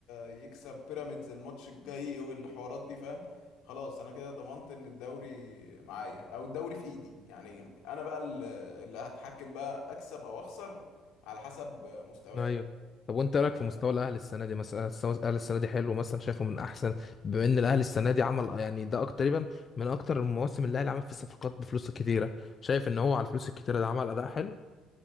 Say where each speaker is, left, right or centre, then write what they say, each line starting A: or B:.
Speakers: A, on the left; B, on the left.
A: يكسب بيراميدز الماتش الجاي والحوارات دي فاهم خلاص انا كده ضمنت ان الدوري معايا او الدوري في ايدي يعني انا بقى ال- اللي هتحكم بقى اكسب او اخسر على حسب مستواي
B: ايوه طب وانت إيه رايك
A: فاهم
B: في مستوى الاهلي السنه دي مثلا مستوى الاهلي السنه دي حلو مثلا شايفه من احسن بما ان الاهلي السنه دي عمل يعني ده اكتر تقريبا من اكتر المواسم اللي الاهلي عمل فيه صفقات بفلوس كتيره شايف ان هو على الفلوس الكتيره ده عمل اداء حلو